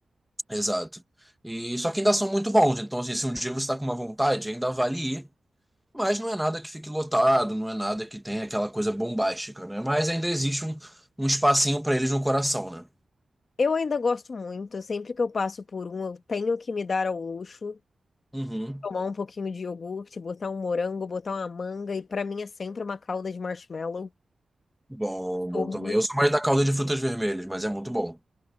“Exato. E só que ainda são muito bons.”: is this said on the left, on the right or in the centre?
Centre